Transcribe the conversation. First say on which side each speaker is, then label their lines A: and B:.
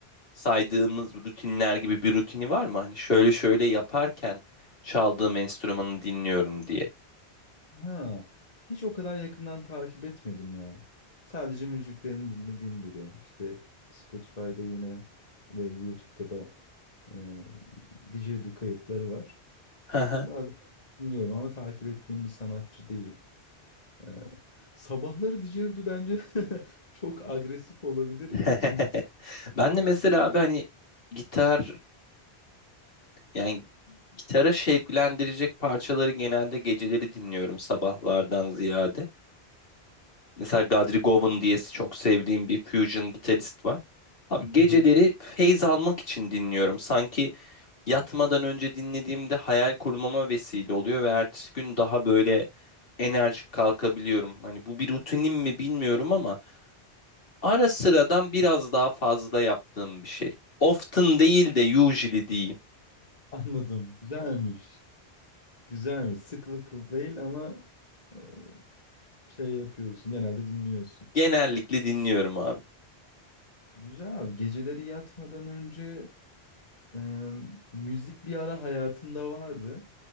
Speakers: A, on the left; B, on the left.
A: saydığımız rutinler gibi bir rutini var mı? Hani şöyle şöyle yaparken çaldığım enstrümanı dinliyorum diye.
B: ha, hiç o kadar yakından takip etmedim ya. Sadece müziklerini dinlediğim biri. İşte Spotify'da yine ve YouTube'da da e, Didgeridoo kayıtları var.
A: Hı hı.
B: Bazen dinliyorum ama takip ettiğim bir sanatçı değil. Ee, sabahları Didgeridoo bence <laughs> çok agresif olabilir
A: <laughs>
B: ya. Bilmiyorum.
A: Ben de mesela abi hani gitar yani Gitara şevklendirecek parçaları genelde geceleri dinliyorum sabahlardan ziyade. Mesela Gadri Govan diye çok sevdiğim bir fusion gitarist var. Abi geceleri
B: Hı hı.
A: feyz almak için dinliyorum. Sanki yatmadan önce dinlediğimde hayal kurmama vesile oluyor ve ertesi gün daha böyle enerjik kalkabiliyorum. Hani bu bir rutinim mi bilmiyorum ama ara sıradan biraz daha fazla yaptığım bir şey. Often değil de usually diyeyim.
B: Anladım. Güzelmiş. Güzelmiş. Sıklıklı değil ama e, şey yapıyorsun. Genelde dinliyorsun.
A: Genellikle dinliyorum abi.
B: Güzel abi. Geceleri yatmadan önce e, müzik bir ara hayatımda vardı.